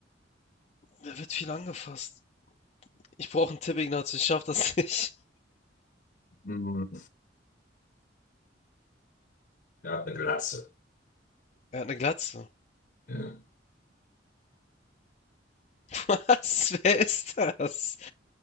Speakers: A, on the left; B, on the left.
A: Da wird viel angefasst. Ich brauche einen Tipp, Ignacio. Ich schaff das <laughs> nicht.
B: Mhm. Der hat eine Glatze.
A: Er hat eine Glatze.
B: Ja.
A: <laughs> Was? Wer ist das?